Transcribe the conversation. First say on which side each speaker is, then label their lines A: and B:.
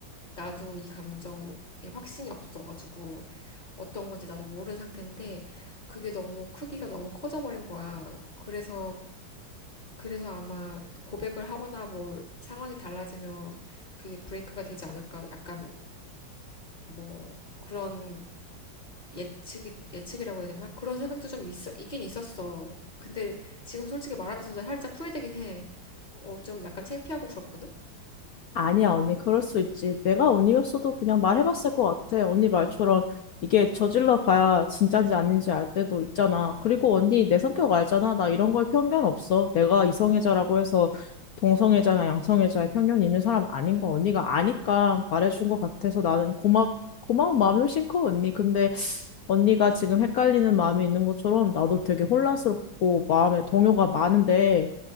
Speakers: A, on the left; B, on the left.
A: 나도 이 감정에 확신이 없어가지고, 어떤 건지 나도 모르는 상태인데, 그게 너무 크기가 너무 커져버린 거야. 그래서, 그래서 아마 고백을 하거나 뭘 상황이 달라지면 그게 브레이크가 되지 않을까, 약간 뭐, 그런 예측이 예측이라고 해야 되나? 그런 생각도 좀 있어 있긴 있었어. 근데 지금 솔직히 말하면서도 살짝 후회되긴 해. 어, 좀 약간 창피하고 그렇거든?
B: 아니야, 언니, 그럴 수 있지. 내가 언니였어도 그냥 말해봤을 것 같아. 언니 말처럼 이게 저질러 봐야 진짠지 아닌지 알 때도 있잖아. 그리고 언니, 내 성격 알잖아. 나 이런 거에 편견 없어. 내가 이성애자라고 해서 동성애자나 양성애자에 편견이 있는 사람 아닌 거 언니가 아니까 말해준 것 같아서 나는 고마, 고마운 마음이 훨씬 커, 언니. 근데 언니가 지금 헷갈리는 마음이 있는 것처럼 나도 되게 혼란스럽고 마음에 동요가 많은데